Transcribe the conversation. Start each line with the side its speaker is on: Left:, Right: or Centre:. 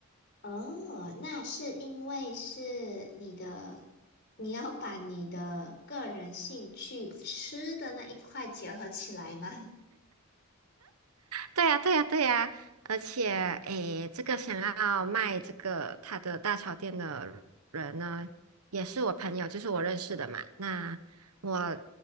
Left: 哦，那是因为是你的，你要把你的个人兴趣吃的那一块结合起来吗？
Right: 对呀，对呀，对呀，而且，诶，这个想要卖这个他的大潮店的人呢，也是我朋友，就是我认识的嘛。那我